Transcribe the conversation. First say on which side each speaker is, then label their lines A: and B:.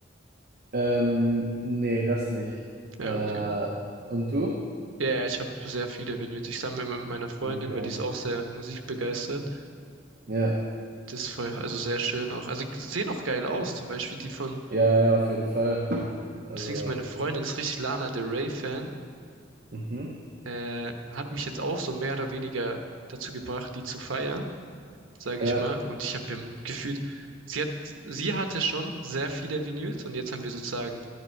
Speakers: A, on the right; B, on the right.
A: ähm, nee, das nicht.
B: Ja,
A: Äh,
B: okay.
A: und du?
B: Ja, ja, ich habe sehr viele Vinyls. Ich sammle immer mit meiner Freundin,
A: Okay,
B: weil die ist auch sehr musikbegeistert.
A: ja,
B: Das ist voll, also sehr schön auch. Also sehen auch geil aus. Zum Beispiel die von,
A: ja, ja, auf jeden Fall. Also,
B: das Ding ist, meine Freundin ist richtig Lana Del Rey Fan.
A: mhm,
B: äh, hat mich jetzt auch so mehr oder weniger dazu gebracht, die zu feiern, sage
A: ja,
B: ich mal. Und ich habe wir gefühlt, sie hat, sie hatte schon sehr viele Vinyls und jetzt haben wir sozusagen